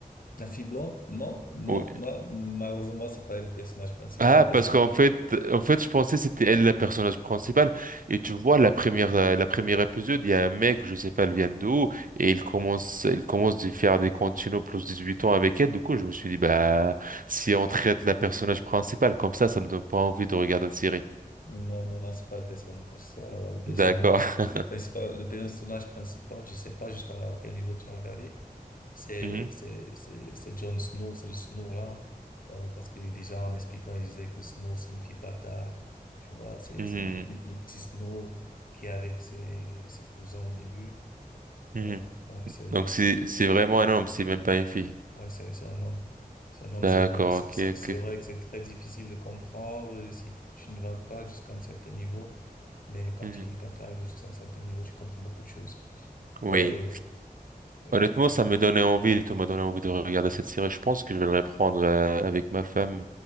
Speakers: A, on the left; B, on the right.
A: La fille blonde? Non, non,
B: Oui.
A: non, malheureusement, c'est pas le personnage principal.
B: Ah,
A: Le personnage,
B: parce qu'en fait, en fait, je pensais que c'était elle la personnage principal Et tu vois, la première, euh, la première épisode, il y a un mec, je sais pas, elle vient d'où, et il commence, il commence de faire des continuos plus 18 ans avec elle. Du coup, je me suis dit, bah, si on traite la personnage principale comme ça, ça me donne pas envie de regarder la série.
A: non, non, non, c'est pas le personnage principal. Alors, le personnage,
B: D'accord. <laughs>
A: le principal, le personnage principal, je sais pas jusqu'à quel niveau tu as regardé. C'est,
B: Mhm,
A: c'est, c'est, c'est Jon Snow, c'est le Snow là. Euh, parce que déjà, en expliquant, il disait que Snow signifie bâtard. Tu vois, c'est,
B: mhm,
A: c'est le, le petit Snow qui est avec ses, ses cousins au début.
B: mhm.
A: Ouais, ouais, c'est lui.
B: Donc, c'est, c'est vraiment un homme, c'est même pas une fille.
A: Ouais, c'est, c'est un homme. C'est un homme,
B: D'accord,
A: c'est vrai, c'est
B: ok,
A: c'est-
B: ok.
A: c'est vrai que c'est très difficile de comprendre euh, si tu ne vas pas jusqu'à un certain niveau. Mais quand
B: Mhm.
A: tu, quand tu arrives jusqu'à un certain niveau, tu comprends beaucoup de choses.
B: Oui.
A: Ouais, euh, euh,
B: Honnêtement, ça me donnait envie, tu m'as donné envie de regarder cette série. Je pense que je vais le reprendre euh, avec ma femme